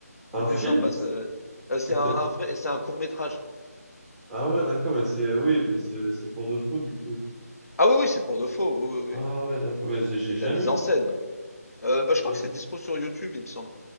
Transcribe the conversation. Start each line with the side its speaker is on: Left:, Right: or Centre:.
Centre: Un
Left: c'était
Centre: film?
Left: sympa ce heu,
Centre: C'était...
Left: c'est un un vrai c'est un court-métrage.
Centre: Ah ouais, d'accord, mais c'est... Oui, mais c'est c'est pour de faux, du coup.
Left: Ah oui, oui, c'est pour de faux, oui, oui,
Centre: Ah
Left: oui.
Centre: ouais, d'accord, mais j'ai j'ai
Left: C'est de
Centre: jamais
Left: la mise
Centre: vu
Left: en scène.
Centre: ça.
Left: Heu, bah,
Centre: J'ai
Left: je crois
Centre: jamais-
Left: que c'est dispo sur YouTube, il me semble.